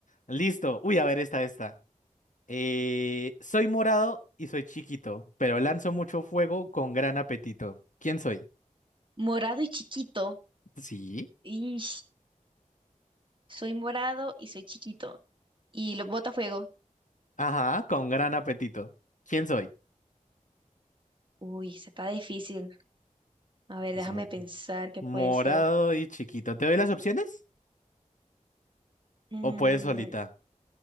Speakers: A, on the left; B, on the right.
A: Listo. Uy, a ver, esta, esta. Eh, soy morado y soy chiquito, pero lanzo mucho fuego con gran apetito. ¿Quién soy?
B: <laughs> Morado y chiquito.
A: Sí.
B: Ish, soy morado y soy chiquito. Y los botafuego.
A: Ajá, con gran apetito. ¿Quién soy?
B: Uy, se está difícil. A ver,
A: Es
B: déjame
A: mo-
B: pensar qué
A: morado
B: puede ser.
A: y chiquito. ¿Te doy las opciones?
B: Mm,
A: O puedes solita.